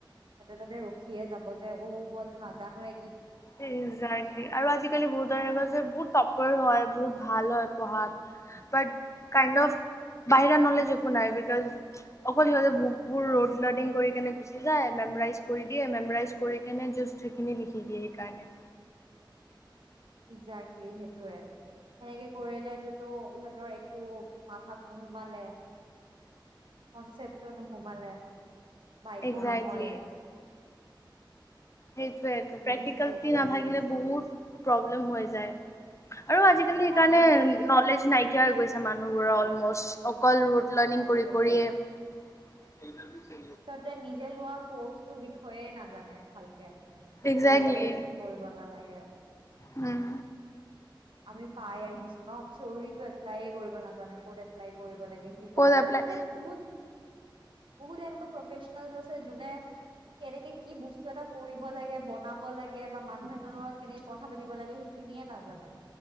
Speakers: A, on the right; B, on the left.
A: তাতে তাতে ৰখি য়ে যাব যে অ মইতো নাজানো এক
B: আৰু আজিকালি বহুত ধৰণে কৈছে বহুত তপ হয় বহুত ভাল হয় পঢ়াত বাট কাইণ্ড অফ বাহিৰা নলেজ একো নাই বিকজ অকল সিহঁতে বুক বোৰ ৰড লাৰ্নিং কৰিনে গুচি যায় মেমৰাইজ কৰি দিয়ে মেমইজ কৰিকেনে জাষ্ট সেইখিনি লিখি দিয়ে স কাৰনে
A: ইকজাকলি সেইটোয়ে সেনেকে কৰিলেতো ইহঁত একো মাথাত নোসোমালে কনচেপ ত নোসোমালে বাইকো
B: একজেক্টলি
A: নহয়ে
B: সেইটোয়েইটো
A: কিন্তু
B: প্ৰেক্টিকেলটি
A: বহুত দিগদাৰী
B: নাভাগিলে
A: হৈছে
B: বহুত প্ৰব্লেম হৈ যায় আৰু আজিকালি
A: মানে
B: সেইকাৰণে
A: আজিকালি
B: নলেজ নাই নাইকিয়া হৈ গৈছে মানুহবোৰৰ অলমষ্ট কল ৰোড লাৰ্ণিং
A: তাকে
B: কৰি কৰিয়ে স গ <unintelligible>
A: সিহঁতে নিজে লোৱা কৰ্চ তোৰ বিষয়ে নাজানে ভালকে কি
B: একজেক্টলি
A: কৰিব লাগে কি কৰিব লাগে ভালা লাগে আৰু <inaudible>
B: উম
A: আমি পাই আহিছো ন থিয়ৰিটো এপ্লাই কৰিব নাজানে ক'ত এপ্লাই কৰিব লাগে কি কৰিব
B: ক'ত
A: লাগে
B: এপ্লাই
A: ইনফেক্ট বহুত বহুতে এনেক প্ৰফেচনেল আছে যোনে কেনেকে কি বস্তু এটা কৰিব লাগে বনাব লাগে বা মানুহ এজনৰ লগত কেনেকে কথা পাতিব লাগে সেইখিনিয়ে নাজানে